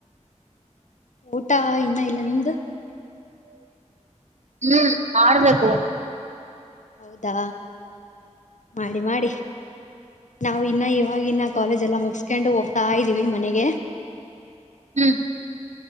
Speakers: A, on the left (about 80°); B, on the right (about 70°).
A: ಊಟಾ ಇನ್ನ ಇಲ್ಲ ನಿಮ್ದ
B: ಹ್ಮ್ ಮಾಡಡ್ಬೇಕು <inaudible>
A: ಹೌದಾ ಮಾಡಿ ಮಾಡಿ ನಾವು ಇನ್ನು ಇವ <inaudible> ಆನ್ನ ಕಾಲೇಜ್ ಎಲ್ಲ ಮುಗಿಸಸ್ಕೊಂಡು ಹೋಗ್ತಾ ಇದ್ದೀವಿ ಮನೆಗೆ
B: ಹ್ಮ್